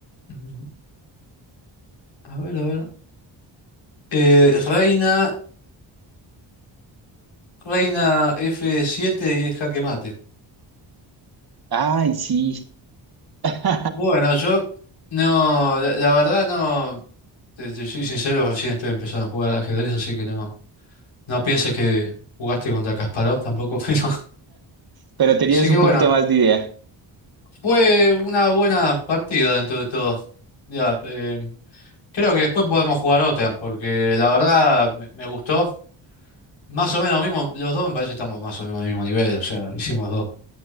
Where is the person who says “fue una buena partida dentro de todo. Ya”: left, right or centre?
Left